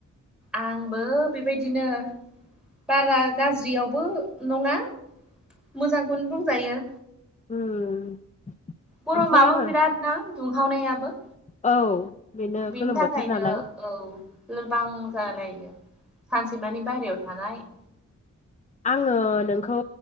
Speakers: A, in the centre; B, on the left (about 25°).
A: आंबो बेबायदिनो बारा गाज्रियावबो नङा मोजांखौनो बुंजायो
B: उम
A: गरमाबो
B: ओमफ्राय आङो
A: बिराद ना दुंहावनायाबो
B: औ बेनो
A: बिनि
B: गोलोम
A: थाखायनो
B: बोथोर नालाय
A: औ लोरबां जालायगो सानसेमानि बायहेरायाव थानाय
B: आङो नोंखौ